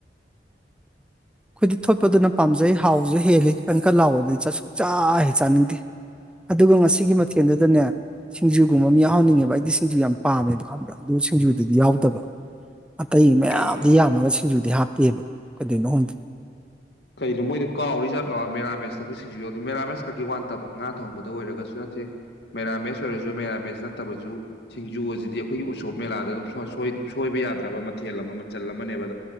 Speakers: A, in the centre; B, on the left.
A: ꯑꯩꯈꯣꯏꯗꯤ ꯊꯣꯠꯄꯗꯨꯅ ꯄꯥꯝꯖꯩ ꯍꯥꯎꯁꯨ ꯍꯦꯜꯂꯤ ꯀꯪꯀ ꯍꯥꯎꯕꯗꯗꯤ ꯆꯥꯛꯁꯨꯛ ꯆꯥ ꯍꯩ ꯆꯥꯅꯤꯡꯗꯦ ꯑꯗꯨꯒ ꯉꯁꯤꯒꯤ ꯃꯊꯦꯜꯗꯨꯗꯅꯦ ꯁꯤꯡꯖꯨꯒꯨꯝꯕ ꯑꯃ ꯌꯥꯎꯍꯟꯅꯤꯡꯉꯦꯕ ꯑꯩꯗꯤ ꯁꯤꯡꯖꯨ ꯌꯥꯝ ꯄꯥꯝꯃꯦꯕ ꯈꯪꯕ꯭ꯔꯥ ꯑꯗꯨ ꯁꯤꯡꯖꯨꯗꯨꯗꯤ ꯌꯥꯎꯗꯕ ꯑꯇꯩ ꯃꯌꯥꯝꯗꯤ
B: ꯀꯩ
A: ꯌꯥꯝꯃꯒ ꯁꯤꯡꯖꯨꯗꯤ ꯍꯥꯞꯇꯦꯕ ꯀꯩꯗꯧꯅꯣ ꯍꯗꯦ
B: ꯀꯩꯅꯣ ꯃꯣꯏꯗ ꯀꯥꯎꯔꯤꯖꯥꯠ ꯂꯥꯛꯑꯣ ꯃꯦꯥ ꯦꯥꯃꯦꯁꯕꯨ ꯁꯤꯡꯁꯨ ꯌꯥꯎꯦ ꯃꯦꯔꯥꯃꯦꯁ ꯀꯛꯀꯤ ꯋꯥꯟꯇꯕ ꯉꯥ ꯊꯣꯡꯕꯗ ꯑꯣꯏꯔꯒꯁꯨ ꯅꯠꯇꯦ ꯃꯦꯔꯥꯃꯦꯁ ꯑꯣꯏꯔꯁꯨ ꯃꯦꯔꯥꯃꯦꯁ ꯅꯠꯇꯕꯁꯨ ꯁꯤꯡꯖꯨ ꯑꯁꯤꯗꯤ ꯑꯩꯈꯣꯏꯒꯤ ꯎꯁꯣꯞ ꯃꯦꯂꯥꯗ ꯑꯗꯨꯝ ꯁꯣꯏꯕ ꯌꯥꯗ꯭ꯔꯕ ꯃꯊꯦꯜ ꯑꯃ ꯃꯆꯜ ꯑꯃꯅꯦꯕ